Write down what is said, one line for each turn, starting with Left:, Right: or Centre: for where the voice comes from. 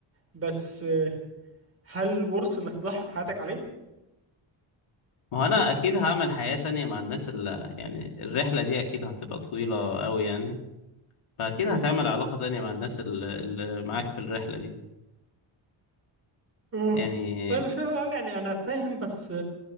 Right: بس آه، هل ورث انك تضحي بحياتك عليه
Left: ما هو انا اكيد هعمل حياة تانية مع الناس اللي يعني الرحلة دي اكيد هتبقى طويلة قوي يعني فاكيد
Right: امم
Left: هتعمل علاقة تانية مع الناس اللي اللي معاك في الرحلة دي
Right: اه
Left: يعني
Right: انا شايف اه يعني انا فاهم بس